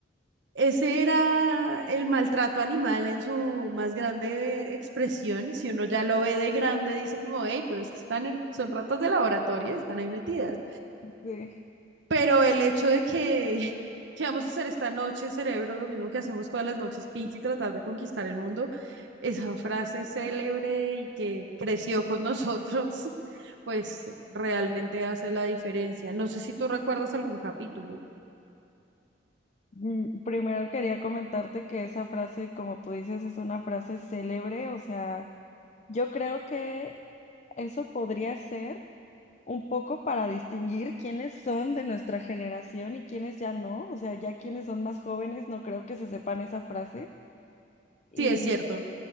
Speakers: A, on the right; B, on the left.
A: Ese era el maltrato animal en su más grande expresión. Si uno ya lo ve de grande, dice como, hey, pero es que están en, son ratas de laboratorio, y están ahí metidas.
B: Sí.
A: Pero el hecho de que, <laughs> que vamos a hacer esta noche, cerebro, lo mismo que hacemos todas las noches, Pinky, tratar de conquistar el mundo, esa frase célebre y que creció con nosotros, <laughs> pues realmente hace la diferencia. No sé si tú recuerdas algún capítulo.
B: Mm, Primero quería comentarte que esa frase, como tú dices, es una frase célebre, o sea, yo creo que eso podría ser un poco para distinguir quiénes son de nuestra generación y quiénes ya no, o sea, ya quienes son más jóvenes no creo que se sepan esa frase y,
A: Sí, es cierto.